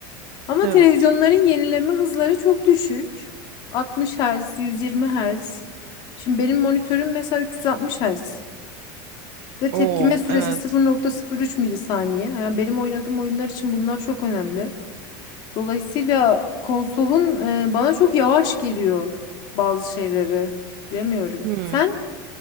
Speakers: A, on the left; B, on the right.
A: Ama
B: evet.
A: televizyonların yenileme hızları çok düşük. 60 Hz, 120 Hz. Şimdi benim monitörüm mesela 360 Hz. Ve tepkime
B: Oo,
A: süresi
B: evet.
A: 0.03 milisaniye. Yani benim oynadığım oyunlar için bunlar çok önemli. Dolayısıyla konsolun e, bana çok yavaş geliyor bazı şeyleri. Bilemiyorum.
B: Hmm.
A: Sen?